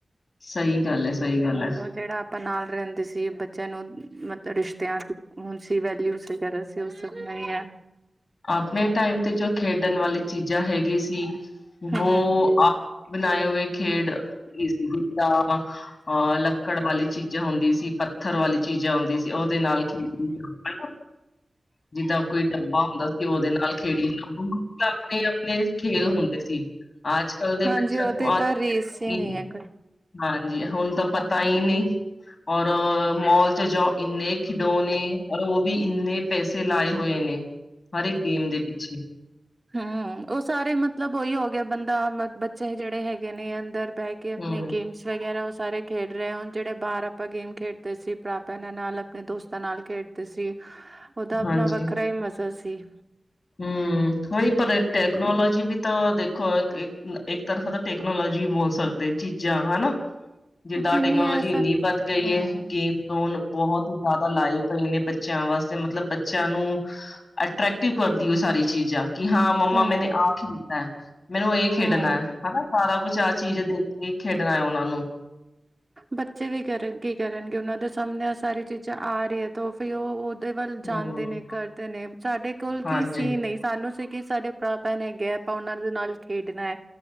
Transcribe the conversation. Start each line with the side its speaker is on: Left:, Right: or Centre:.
Left: ਸਈ ਗੱਲ ਐ ਸਈ ਗੱਲ ਐ।
Right: ਜਿਹੜਾ ਆਪਾਂ ਨਾਲ ਰਹਿੰਦੇ ਸੀ ਬੱਚਿਆਂ ਨੂੰ ਮਤਲਬ ਰਿਸ਼ਤਿਆਂ ਹੁਣ ਸੀ ਵੈਲਿਊ ਵਗੈਰਾ ਸੀ। ਸਭ ਨਹੀਂ ਹੈ
Left: ਆਪਣੇ ਟਾਈਮ ਤੇ ਜੋ ਖੇਡਣ ਵਾਲੀ ਚੀਜ਼ਾਂ ਹੈਗੀ ਸੀ ਵੋ
Right: ਹਮ
Left: ਬਣਾਏ ਹੋਏ ਖੇਡ ਸੀ ਜਿੱਦਾਂ ਅਹ ਲੱਕੜ ਵਾਲੀ ਚੀਜ਼ਾਂ ਚੀਜ਼ਾਂ ਹੁੰਦੀ ਸੀ। ਪੱਥਰ ਵਾਲੀ ਚੀਜ਼ਾਂ ਹੁੰਦੀ ਸੀ, ਉਹਦੇ ਨਾਲ <unintelligible> ਜਿੱਦਾਂ ਕੋਈ ਡੱਬਾ ਹੁੰਦਾ ਸੀ ਉਹਦੇ ਨਾਲ ਖੇਡੀ ਆਪਣੇ ਆਪਣੇ ਖੇਲ ਹੁੰਦੇ ਸੀ। ਅੱਜ ਕੱਲ ਦੇ
Right: ਹਾਂਜੀ
Left: ਬੱਚਿਆਂ
Right: ਉਹਦੀ
Left: ਨੂੰ
Right: <unintelligible>
Left: ਅੱਜ ਹਾਂਜੀ, ਹੁਣ ਤਾਂ ਪਤਾ ਹੀ ਨਹੀਂ ਔਰ ਮੋਲ ਚ ਜਾਓ ਇੰਨੇ ਖਿਡੌਣੇ ਨੇ ਔਰ ਉਹ ਵੀ ਇੰਨੇ ਪੈਸੇ ਲਾਏ ਹੋਏ ਨੇ ਹਰ ਇੱਕ ਗੇਮ ਦੇ ਵਿੱਚ ਅੱਛਾ।
Right: ਹੂੰ, ਉਹ ਸਾਰੇ ਮਤਲਬ ਉਹੀ ਹੋ ਗਿਆ ਬੰਦਾ ਬੱਚੇ ਜਿਹੜੇ ਹੈਗੇ ਨੇ ਅੰਦਰ ਪੈ ਕੇ ਆਪਣੇ
Left: ਹੂੰ
Right: ਗੇਮਸ ਵਗੈਰਾ ਉਸ ਸਾਰੇ ਖੇਡ ਰਹੇ ਹੁਣ ਜਿਹੜੇ ਬਾਹਰ ਆਪਾਂ ਗੇਮ ਖੇਡਦੇ ਸੀ ਭਰਾ ਭੈਣਾਂ ਨਾਲ ਆਪਣੇ ਦੋਸਤਾਂ ਨਾਲ ਖੇਡਦੇ ਸੀ। ਉਹਦਾ ਆਪਣਾ
Left: ਹਾਂਜੀ
Right: ਵੱਖਰਾ ਹੀ ਮਜ਼ਾ ਸੀ।
Left: ਹੂੰ। ਹੂੰ, ਪਰ ਟੈਕਨੋਲੋਜੀ ਵੀ ਤਾਂ ਦੇਖੋ। ਇੱਕ ਇੱਕ ਤਰਫਾ ਤਾਂ ਟੈਕਨੋਲੋਜੀ ਬੋਲ ਸਕਦੇ ਦੇ ਚੀਜ਼ਾਂ ਹਨਾ। ਜਿੱਦਾਂ
Right: ਜਿੰਨੀ
Left: ਟੈਕਨੋਲੋਜੀ
Right: ਇਹ
Left: ਇੰਨੀ
Right: ਸਭ
Left: ਵੱਧ ਗਈ
Right: ਹੂੰ,
Left: ਐ। ਗੇਮ ਜੋਨ ਬਹੁਤ ਜਿਆਦਾ ਲਾਏ ਪਏ ਨੇ ਬੱਚਿਆਂ ਵਾਸਤੇ ਮਤਲਬ ਬੱਚਿਆਂ ਨੂੰ ਅਟਰ੍ਰੈਕਟਿਵ ਕਰਦੀ ਉਹ ਸਾਰੀ ਚੀਜ਼ਾਂ। ਕਿ ਹਾਂ ਮੰਮਾ
Right: ਹੂੰ,
Left: ਮੈਨੇ ਆਹ ਖੇਡਣਾ ਮੈਨੂੰ ਇਹ ਖੇਡਣਾ
Right: ਹੂੰ
Left: ਹਨਾ ਸਾਰਾ ਕੁਛ ਆਹ ਚੀਜ਼ ਦੇਖ! ਕੀ ਖੇਡਣਾ ਉਹਨਾਂ ਨੂੰ
Right: ਬੱਚੇ ਵੀ ਕਰ ਕੀ ਕਰਨਗੇ ਉਹਨਾਂ ਦੇ ਸਾਹਮਣੇ ਸਾਰੀ ਚੀਜ਼ਾਂ ਆ ਰਹੀ ਐ ਤੇ ਫਿਰ ਓ ਵੱਲ
Left: ਹਮ
Right: ਜਾਂਦੇ ਨੇ ਕਰਦੇ ਨੇ ਸਾਡੇ ਕੋਲ
Left: ਹਾਂਜੀ
Right: ਕੀ ਸੀ ਨਹੀਂ ਸਾਨੂੰ ਸੀ ਕਿ ਸਾਡੇ ਭਰਾ ਭੈਣ ਹੈਗੇ ਆਪਾਂ ਉਹਨਾਂ ਦੇ ਨਾਲ ਖੇਡਣਾ।